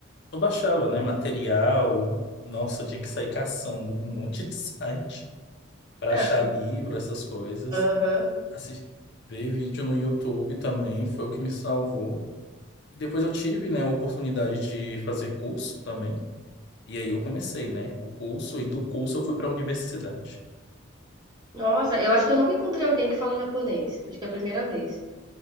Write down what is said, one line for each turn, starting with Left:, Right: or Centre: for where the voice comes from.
Left: Eu baixava, né? Material. Nossa, eu tinha que sair caçando um monte de <laughs> site para
Right: É,
Left: achar
Right: acho que.
Left: livro, essas coisas.
Right: Aham.
Left: Assis- Ver vídeo no YouTube também foi o que me salvou. Depois eu tive, né, a oportunidade de fazer curso também. E aí eu comecei, né? O curso, e do curso eu fui para a universidade.
Right: Nossa, eu acho que eu nunca encontrei alguém que fala japonês. Acho que é a primeira vez.